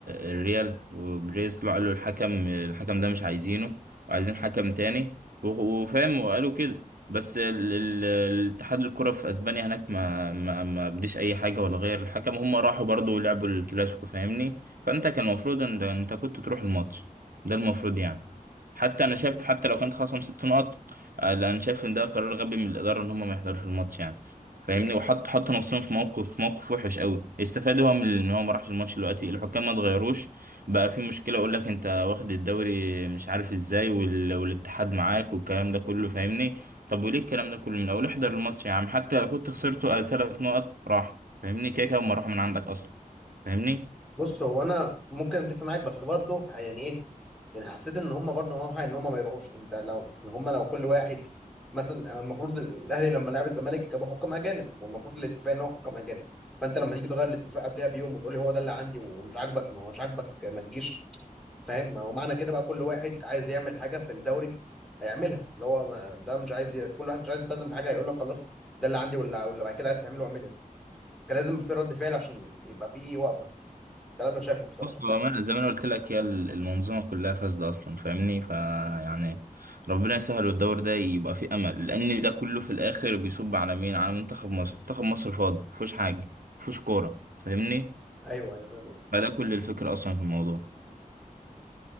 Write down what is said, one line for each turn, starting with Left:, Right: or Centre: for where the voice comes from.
Right: آه، الريال وبريز طلعوا قالوا الحكم الحكم ده مش عايزينه وعايزين حكم تاني و- وفاهم وقالوا كده بس ال- ال- الاتحاد الكرة في أسبانيا هناك ما ما ما بديش أي حاجة ولا غير الحكم هم راحوا برضو لعبوا الكلاسيكو فاهمني فأنت كان المفروض إن ده- أنت كنت تروح الماتش ده المفروض يعني حتى أنا شايف حتى لو كانت خصم ست نقط آه، لا، أنا شايف إن ده قرار غبي من الإدارة إن هم ما يحضروش الماتش يعني فاهمني وحط حط نفسهم في موقف موقف وحش قوي استفاد هو من ان هو ما راحش الماتش دلوقتي الحكام ما اتغيروش بقى في مشكله يقول لك انت واخد الدوري مش عارف ازاي وال... والاتحاد معاك والكلام ده كله فاهمني طب وليه الكلام ده كله من اول احضر الماتش يا عم حتى لو كنت خسرته ثلاث نقط راح فاهمني كده كده هم راحوا من عندك اصلا فاهمني
Centre: بص هو انا ممكن اتفق معاك بس برضه يعني ايه يعني حسيت ان هم برضه معاهم حق ان هم ما يروحوش انت لو ان هم لو كل واحد مثلا المفروض الاهلي لما لعب الزمالك جابوا حكام اجانب والمفروض الاتفاق ان هو حكام اجانب فانت لما تيجي تغير الاتفاق قبلها بيوم وتقول لي هو ده اللي عندي ومش عاجبك ما هو مش عاجبك ما تجيش فاهم ما هو معنى كده بقى كل واحد عايز يعمل حاجه في الدوري هيعملها اللي هو ما ده مش عايز ي... كل واحد مش عايز يلتزم بحاجه هيقول لك خلاص ده اللي عندي واللي واللي بعد كده عايز تعمله اعمله كان لازم في رد فعل عشان يبقى في وقفه ده اللي انا شايفه بصراحه
Right: بص بأمانة زي ما أنا قلت لك هي المنظومة كلها فاسدة أصلا فاهمني فيعني ربنا يسهل والدور ده يبقى فيه أمل لأن ده كله في الآخر بيصب على مين؟ على منتخب مصر منتخب مصر فاضي مفيهوش حاجة مفيهوش كورة فاهمني
Centre: ايوه ايوه فاهم قصدك
Right: فده كل الفكرة أصلا في الموضوع